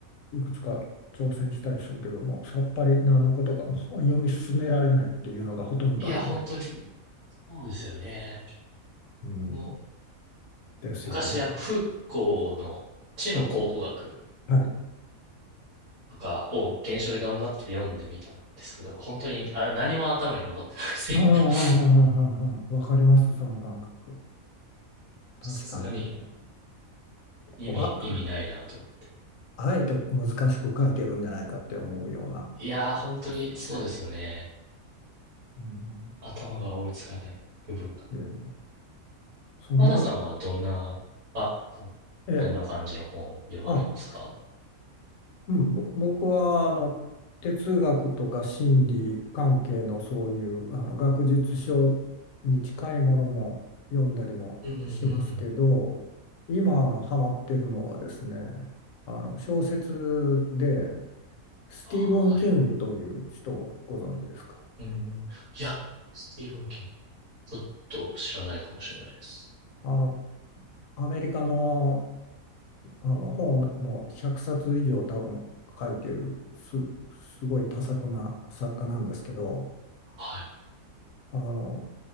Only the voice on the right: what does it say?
いや、本当に、そうですよね。
もう
昔、あの、フーコーの知の考古学
とかを原書で頑張って読んでみたんですけど、本当にあれ何も頭に残ってなくて
<laughs>
さすがに意味、
意味ないなと思って。
いやー、本当にそうですよね。
頭が追いつかない部分が。
マダさんはどんな、あ、
どんな感じの本を読まれますか
うんうんうんうん。
ああ、はいは
い。うん。いや、スティーブン・キング、ちょっと知らないかもしれないです。
はい。